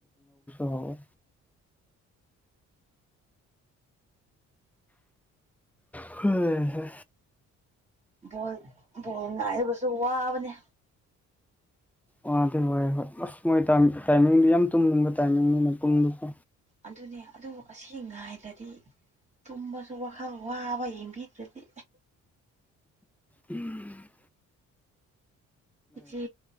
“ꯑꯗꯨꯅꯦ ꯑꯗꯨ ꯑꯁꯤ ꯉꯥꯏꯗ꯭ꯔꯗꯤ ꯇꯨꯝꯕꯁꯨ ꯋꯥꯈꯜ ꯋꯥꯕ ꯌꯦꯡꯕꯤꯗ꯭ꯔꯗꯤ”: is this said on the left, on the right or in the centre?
Right